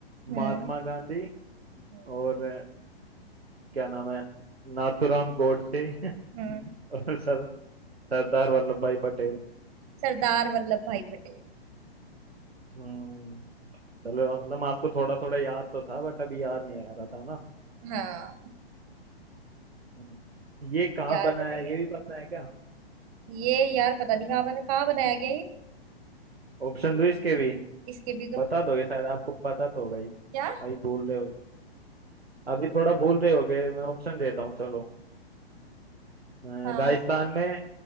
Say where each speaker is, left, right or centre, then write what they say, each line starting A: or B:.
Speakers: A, on the right; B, on the right.
A: हम्म
B: महात्मा गांधी
A: हम्म
B: और अ, क्या नाम है नाथूराम गोडसे <laughs>
A: हम्म,
B: और सर, सरदार वल्लभ भाई पटेल
A: सरदार वल्लभ भाई पटेल
B: हम्म चलो मतलब आपको थोड़ा थोड़ा याद तो था बट अभी याद नहीं आ रहा था ना
A: हाँ
B: हम्म। ये कहाँ
A: याद
B: बना
A: नहीं
B: है ये
A: है
B: भी पता है क्या
A: ये यार पता नहीं कहाँ बना कहाँ बनाया गया ये
B: ऑप्शन दो इसके भी
A: इसके भी तो
B: बता दोगे शायद आपको पता तो होगा ही
A: क्या
B: अभी भूल रहे हो अभी थोड़ा भूल रहे होगे मैं ऑप्शन देता हूँ चलो अ,
A: हाँ
B: राजस्थान में